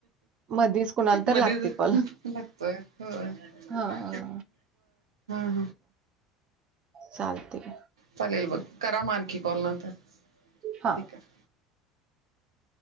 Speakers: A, on the right (about 40°); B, on the right (about 75°).
A: मधीच कुणाला तर
B: मधीच
A: लागते कॉल
B: लागतोय होय हा
A: हा
B: ह
A: हा
B: ह
A: चालतय
B: चालेल मग करा मानखी कॉल नंतर
A: हा
B: ठीक आहे